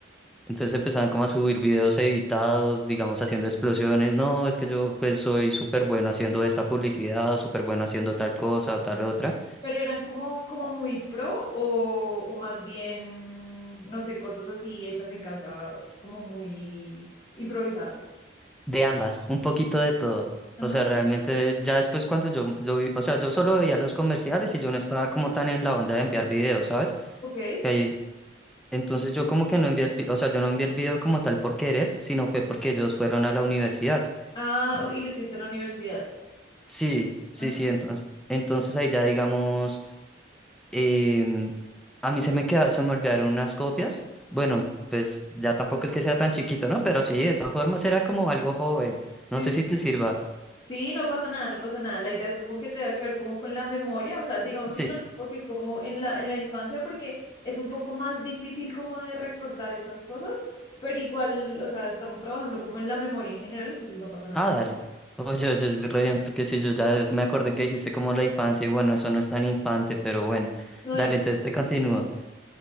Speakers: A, in the centre; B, on the left.
A: Entonces empezaban como a subir videos editados, digamos, haciendo explosiones. No, es que yo pues soy súper bueno haciendo esta publicidad o súper bueno haciendo tal cosa o tal otra.
B: Pero eran como, como muy pro o, o más bien, no sé, cosas así hechas en casa, como muy improvisadas.
A: De ambas, un poquito de todo.
B: Ajá.
A: O sea, realmente ya después cuando yo, yo vi- o sea, yo solo veía los comerciales y yo no estaba como tan en la onda de enviar videos, ¿sabes?
B: Ok.
A: Que ahí, entonces yo como que no envié el, vi- o sea, yo no envié el video como tal por querer, sino fue porque ellos fueron a la universidad.
B: Ah, o sea, y lo hiciste en la universidad.
A: Sí, sí,
B: Ajá.
A: sí, entonces, entonces ahí ya digamos... em, a mí se me queda, se me olvidaron unas copias. Bueno, pues ya tampoco es que sea tan chiquito, ¿no? Pero sí, de todas formas era como algo joven. No
B: sí
A: sé si te sirva.
B: Sí, no pasa nada, no pasa nada. La idea es como que tenga que ver como con la memoria, o sea, digamos
A: Sí.
B: que yo lo enfoqué como en la, en la infancia porque es un poco más difícil como de recordar esas cosas, pero igual, o sea, estamos trabajando como en la memoria en general, entonces no pasa nada.
A: Ah, dale. Oye, oye, es re bien, porque si yo ya me acordé que dijiste como la infancia y bueno, eso no es tan infante, pero bueno.
B: No, bueno,
A: Dale, entonces te continúo.